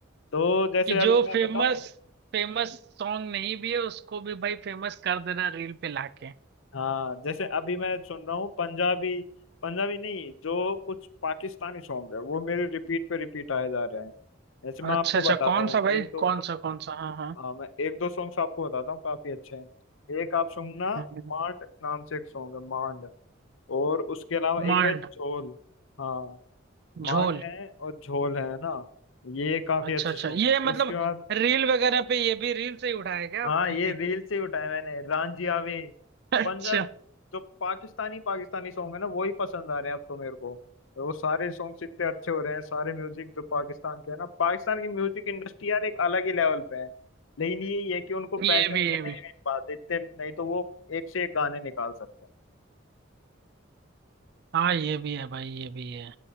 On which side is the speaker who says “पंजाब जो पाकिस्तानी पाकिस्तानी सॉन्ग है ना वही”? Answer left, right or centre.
Left